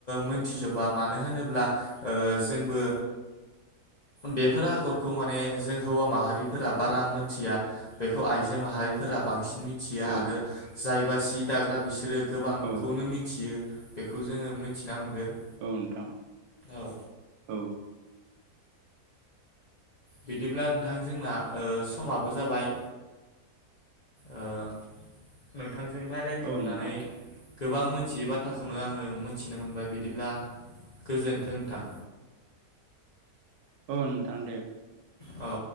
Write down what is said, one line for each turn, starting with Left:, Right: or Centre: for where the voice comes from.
Left: मोनथिजोबा मानो होनोब्ला जोंबो बेफोर आगरखौ माने जों हौवा माहारि फोर बारा मिथिया बेखौ आइजो माहारिफोरा बांसिन मिथि मिथियो आरो
Right: औ
Left: जाय बा सि दाग्रा बिसोरो गोबांखौनो
Right: औ
Left: मिथियो बेखौ जोङो मिथिना मोनगोन।
Right: औ नोंथां।
Left: औ
Right: औ
Left: बिदिब्ला नोंथां जोंना समाबो जाबाय। आांजों रायज्लायनो
Right: औ
Left: मोननानै
Right: नोंथां
Left: गोबां मोनथियै बाथ्राखौनो आङो मोनथिनो मोनबाय बिदिब्ला गोजोन्थों थां।
Right: औ नोंथां।
Left: औ।